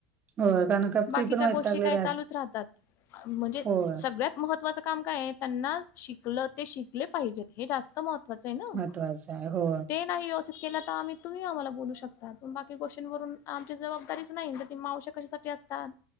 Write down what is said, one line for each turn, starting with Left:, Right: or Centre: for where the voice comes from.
Right: होय कारण का
Left: बाकीच्या
Right: ती पण वैतागलेली
Left: गोष्टी काय
Right: असतात
Left: चालूच राहतात म्हणजे
Right: होय
Left: सगळ्यात महत्वाचा काम काय आहे त्यांना शिकलं ते शिकले पाहिजेत हे जास्त महत्त्वाचं आहे ना.
Right: तो असा आहे हो.
Left: ते नाही व्यवस्थित केलं तर आम्ही तुम्ही आम्हाला बोलू शकताात पण बाकी गोष्टींवरून आमची जबाबदारीच नाही तर मावश्या कशी सा ठी असतात